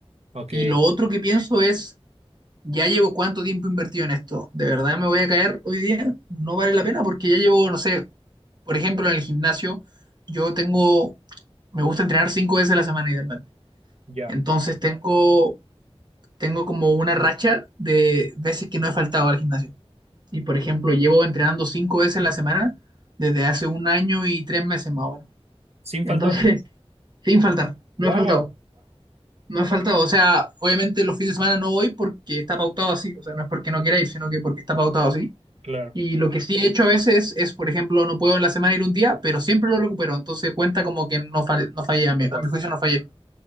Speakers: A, on the right (about 80°); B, on the right (about 45°).
A: Ok,
B: Y lo otro que pienso es, ya llevo cuánto tiempo invertido en esto, ¿de verdad me voy a caer hoy día? No vale la pena porque ya llevo, no sé, por ejemplo, en el gimnasio, yo tengo, me gusta entrenar cinco veces a la semana idealmente.
A: ya.
B: Entonces tengo, tengo como una racha de veces que no he faltado al gimnasio. Y por ejemplo, llevo entrenando cinco veces a la semana desde hace un año y tres meses más o menos.
A: Sin
B: Entonces,
A: faltar.
B: <laughs> sin faltar, no
A: Wow,
B: he faltado, no he faltado. O sea, obviamente los fines de semana no voy porque está pautado así. O sea, no es porque no quiera ir, sino que porque está pautado así.
A: claro,
B: Y lo que sí he hecho a veces es, por ejemplo, no puedo en la semana ir un día, pero siempre lo recupero. Entonces cuenta como que no, fal- no fallé, a mi,
A: faltaste.
B: a mi juicio no fallé.